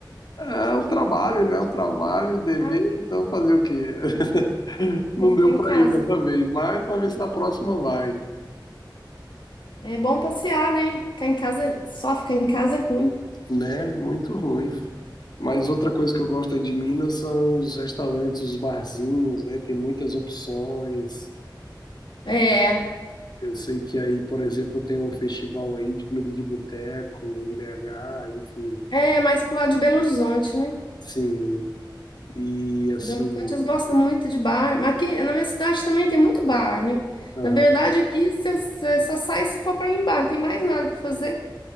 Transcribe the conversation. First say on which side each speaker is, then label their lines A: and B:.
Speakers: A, on the left; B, on the left.
A: É é o trabalho, né? O trabalho, o dever,
B: Ah,
A: então fazer o quê? <laughs> Não
B: tem que
A: deu
B: ficar em
A: pra
B: casa.
A: ir dessa vez, mas vamos ver se na próxima vai,
B: É bom passear, né? Ficar em casa, é- só ficar em casa é ruim.
A: né? Muito ruim. Mas outra coisa que eu gosto aí de Minas são os restaurantes, os barzinhos, né? Tem muitas opções.
B: É,
A: Eu sei que aí, por exemplo, tem um festival aí de comida de boteco em BH, enfim.
B: é mais pro lado de Belo Horizonte, né?
A: Sim, e assim,
B: Belo Horizonte eles gostam muito de bar, mas aqui na minha cidade também tem muito bar, né?
A: aham.
B: Na verdade, aqui você você só sai se for para ir em bar, não tem mais nada para fazer.